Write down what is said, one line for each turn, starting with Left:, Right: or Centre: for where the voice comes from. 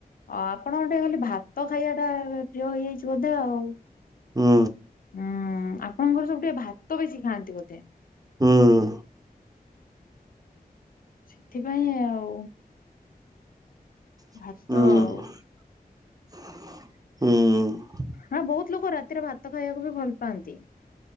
Left: ଓ ଆପଣ ଗୋଟେ ଖାଲି ଭାତ ଖାଇବା ଟା ପ୍ରିୟ ହେଇଯାଇଛି ବୋଧେ ଆଉ।
Right: ହୁଁ
Left: ହୁଁ ଆପଣଙ୍କର ସବୁ ଟିକେ ଭାତ ବେଶୀ ଖାଆନ୍ତି ବୋଧେ?
Right: ହୁଁ।
Left: ସେଥିପାଇଁ ଆଉ।
Right: ହୁଁ
Left: ଭାତ ଆଉ
Right: ହୁଁ।
Left: ହଁ ବହୁତ ଲୋକ ରାତିରେ ଭାତ ଖାଇବାକୁ ବି ଭଲ ପାଆନ୍ତି।